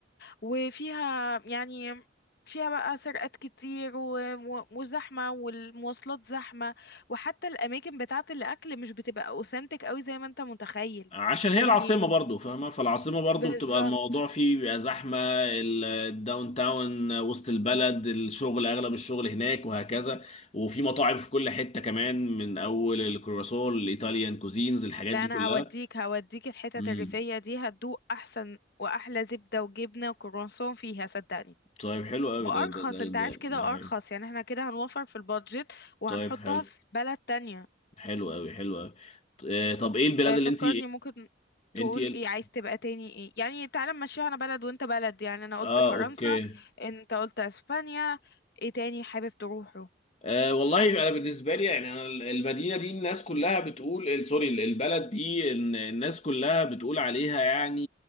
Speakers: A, on the left; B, on the left.
A: وفيها يعني فيها بقى سرقات كتير و- و- وزحمة والمواصلات زحمة وحتى الأماكن بتاعة الأكل مش بتبقى أوثنتك أوي زي ما أنت متخيل
B: عشان هي
A: يعني
B: العاصمة برضو فاهمة فالعاصمة برضو
A: بالظبط
B: بتبقى الموضوع فيه بيبقى زحمة ال- الداون تاون وسط البلد الشغل أغلب الشغل هناك وهكذا وفي مطاعم في كل حتة كمان من أول الكرواسون الإيطاليان كوزينز الحاجات
A: لا
B: دي
A: أنا
B: كلها
A: هوديك هوديك الحتت
B: امم
A: الريفية دي هتدوق أحسن وأحلى زبدة وجبنة وكرواسون فيها صدقني
B: طيب حلو قوي
A: وأرخص
B: ده ده ده
A: أنت عارف
B: ده,
A: كده
B: ده حلو.
A: أرخص يعني احنا كده هنوفر في البادجت وهنحطها
B: طيب حلو
A: في بلد تانية
B: حلو قوي حلو قوي ط- آه، طب إيه البلاد
A: آه،
B: اللي
A: فكرني
B: أنت
A: ممكن تقول
B: أنت إيه ال-
A: ايه عايز تبقى تاني ايه يعني تعالى نمشيها انا بلد وانت بلد يعني انا
B: اه
A: قلت فرنسا
B: أوكي
A: انت قلت اسبانيا ايه تاني حابب تروحه
B: أه والله انا بالنسبه لي يعني انا المدينه دي الناس كلها بتقول سوري البلد دي الن- الناس كلها بتقول عليها يعني